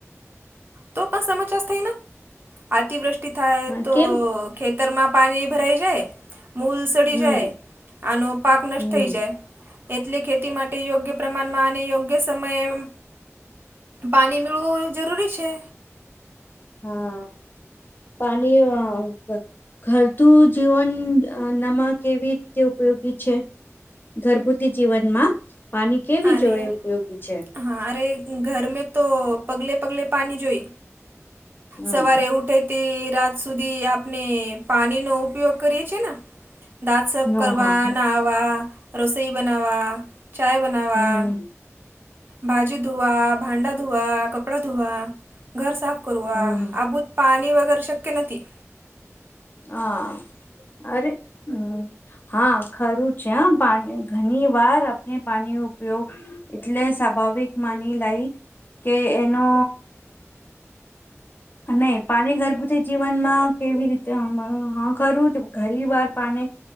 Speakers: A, on the right; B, on the left.
A: તો પણ <unintelligible> થાય ના, અતિવૃષ્ટિ થાય
B: હા
A: તો
B: કેમ
A: ખેતરમાં પાણી ભરાઈ જાય. મૂલ્સ ચડી
B: હમ
A: જાય, આનો પાક નષ્ટ
B: હમ
A: થઈ જાય. એટલે ખેતી માટે યોગ્ય પ્રમાણમાં અને યોગ્ય સમયે એમ પાણી <unintelligible> જરૂરી છે.
B: હા. પાણી અહ <unintelligible> ઘરતું જીવન નમાં કેવી રીતે ઉપયોગી છે? ઘરભૂતી જીવનમાં પાણી કેવી
A: અરે
B: જોઈ ઉપયોગી છે?
A: હા. અરે ઘર મે તો પગલે-પગલે પાણી જોઈ.
B: હમ
A: સવારે ઉઠે તે રાત સુધી આપને પાણીનો ઉપયોગ કરીએ છીએ ના. દાંત સાફ
B: હા
A: કરવા,
B: હા હા
A: નહાવા, રસોઈ બનાવવા, ચાય બનાવવા
B: હમ્મ.
A: ભાજી ધોવા, ભાંડા ધોવા, કપડા ધોવા, ઘર સાફ કરવા
B: હમ હમ
A: આ <unintelligible> પાની વગર શક્ય નથી.
B: હા. અરે હમ્મ. હા ખરું છે હા. પાણી ઘણી વાર આપણે પાણીનો ઉપયોગ એટલે સ્વાભાવિક માની લાય કે એનો અને પાણી <unintelligible> જીવન માં કેવી રીત તે <unintelligible> હા ખરું ઘણી વાર પાની